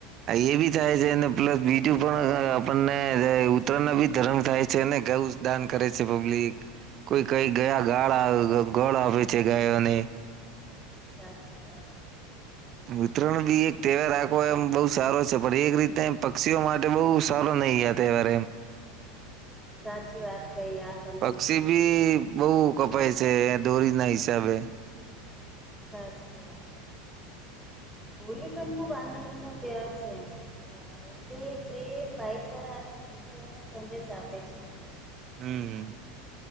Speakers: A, on the right; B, in the centre.
A: એ બી થાય છે અને પ્લસ બીજું પણ આપણને ઉત્તરાયણ ના બી ધરમ થાય છે અને ગ દાન કરે છે પબ્લિક કોઈ કઈ ગયા ગાળ ગોળ આપે છે ગાયોને
B: સાચ શ્રી વાત અ
A: ઉતરાણ બી એક તહેવાર રાખો એમ બહુ સારો છે પણ એક રીતે પક્ષીઓ માટે બહુ સારો નહીિ યાદ અવા
B: સાચી વાત કઈ આ તમને
A: પક્ષી બી બહુ કપાય છે દોરી ના હિસાબે
B: સાચી વાત હ હોલી પણ ખુબ આનંદ નો તહેવાર છે ઓલી પ્રેમ ભાઈચારા અને ખુશીઓ નો સંદેશ આપે છે
A: હમ